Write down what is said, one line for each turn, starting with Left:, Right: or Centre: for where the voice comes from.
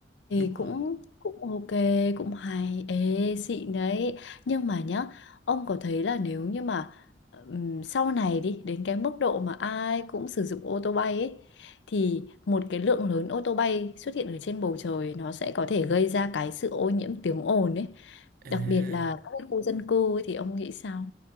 Left: thì
Right: đúng
Left: cũng
Right: rồi
Left: cũng ok cũng hay ê xịn đấy nhưng mà nhá ông có thấy là nếu như mà ừm, sau này đi đến cái mức độ mà ai cũng sử dụng ô tô bay ấy thì một cái lượng lớn ô tô bay xuất hiện ở trên bầu trời nó sẽ có thể gây ra cái sự ô nhiễm tiếng ồn ấy
Right: à
Left: đặc biệt là các cái khu dân cư ấy, thì ông nghĩ sao